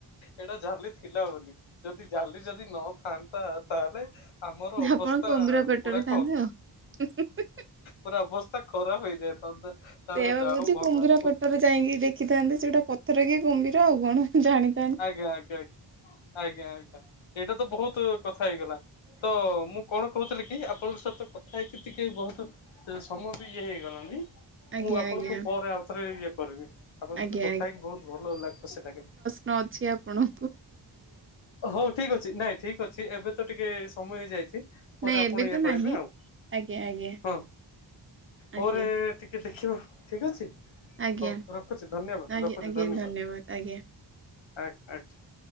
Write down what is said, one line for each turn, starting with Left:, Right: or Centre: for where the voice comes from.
Left: ଏଇଟା ଜାଲି ଥିଲା ବୋଲି ଯଦି ଜାଲି ଜାଲି ଯଦି ନ ଥାଆନ୍ତା ତାହେଲେ ଆମର ଅବସ୍ଥା
Right: ଆପଣ
Left: ପୁରା
Right: <unintelligible>
Left: ଖ
Right: ଆଉ।
Left: ପୁରା ଅବସ୍ଥା ଖରାପ ହେଇଯାଇଥାନ୍ତା। ତାପରେ
Right: ସେୟା ବା
Left: ଯାହା
Right: କହୁଛି
Left: ହଉ ଭଗବାନଙ୍କୁ
Right: କୁମ୍ଭୀର ପେଟରେ ଯାଇକି ଦେଖିଥାନ୍ତେ ସେଇଟା ପଥର କି କୁମ୍ଭୀର ଆଉ କଣ ଜାଣି
Left: ଆଜ୍ଞା ଆଜ୍ଞା ଆଜ୍ଞା ଆଜ୍ଞା ଏଇଟା ତ ବହୁତ କଥା ହେଇଗଲା। ତ ମୁଁ କଣ କହୁଥିଲି କି ଆପଣଙ୍କ ସହିତ କଥା ହେଇକି ଟିକେ ବହୁତ ସମୟ ବି ଇଏ ହେଇଗଲାଣି।
Right: ଆଜ୍ଞା
Left: ମୁଁ ଆପଣଙ୍କୁ
Right: ଆଜ୍ଞା।
Left: ପରେ ଆଉ ଥରେ ଇଏ କରିବି ଆପଣଙ୍କ
Right: ଆଜ୍ଞା
Left: ସହିତ କଥା ହେଇକି ବହୁତ ଭଲ ଖୁସି ଲାଗେ।
Right: ନ ଝୀ ଆପଣ।
Left: ହଉ ଠିକ ଅଛି ନାଇଁ ଠିକ ଅଛି ଏବେ ତ ଟିକେ ସମୟ ହେଇଯାଇଛି ପରେ
Right: ନାଇଁ
Left: ଆପଣ
Right: ଏବେ
Left: ଇଏ
Right: ତ
Left: କରିବେ
Right: ନାହିଁ
Left: ଆଉ
Right: ଆଜ୍ଞା ଆଜ୍ଞା
Left: ହଁ
Right: ଆଜ୍ଞା
Left: ପରେ ଟି ଟିକେ ଦେଖିବା ଠିକ ଅଛି
Right: ଆଜ୍ଞା
Left: ହଉ ରଖୁଛି ଧନ୍ୟବାଦ
Right: ଆଜ୍ଞା
Left: ରଖୁଛି
Right: ଆଜ୍ଞା
Left: ଧନ୍ୟବାଦ।
Right: ଆଜ୍ଞା।
Left: <unintelligible>